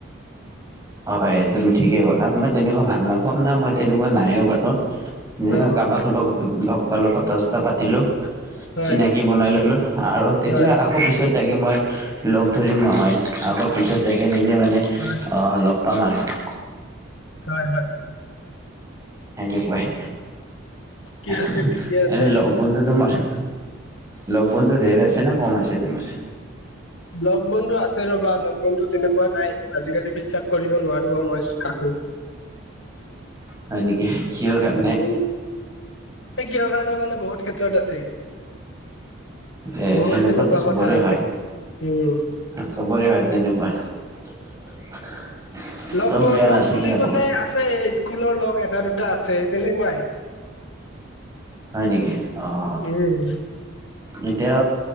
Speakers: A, on the right; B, on the left.
A: হয়, তুমি ঠিকেই ক'লা। মই তেনেকুৱা ভাল নাপাওঁ, না মই তেনেকুৱা নাইও বাৰু।
B: অ
A: কাৰোবাক লগ, লগ পালো কথা-চথা পাতিলো।
B: হয়
A: চিনাকি বনাই ল'লো আৰু তেতিয়া
B: হয় হয়
A: আক আকৌ পিছত যাকে মই লগ ধৰিম নহয়, আগৰ পিছত যাকে নিজে মানে
B: হয়
A: <unintelligible>
B: হয়, হয়।
A: এনেকুৱাই,
B: ঠিকে
A: এনে
B: আছে ঠিকে আছে
A: লগ-বন্ধু তোমাৰ লগ-বন্ধু ধেৰ আছে নে? কম আছে তোমাৰ?
B: লগ-বন্ধু আছে ৰ'বা, লগ বন্ধু তেনেকুৱা নাই, আজিকালি বিশ্বাস কৰিব নোৱাৰো মই কাকো।
A: হয় নেকি! কিহৰ কাৰণে?
B: উম, সেই কিহৰ কাৰণে মানে বহুত ক্ষেত্ৰত আছে।
A: এ
B: বহুত
A: সেনেকুৱাতো
B: তেনেকুৱা
A: চবৰে
B: কথা আছে।
A: হয়।
B: উম।
A: চবৰে হয় তেনেকুৱা। <inaudible>
B: লগ ব,
A: বেয়া
B: লগ
A: নাথাকে
B: বুলি
A: আকৌ
B: ক'লে আছে স্কুলৰ লগ এটা-দুটা আছে, তেনেকুৱাই।
A: হয় নেকি, অ', অ',
B: উম
A: এতিয়া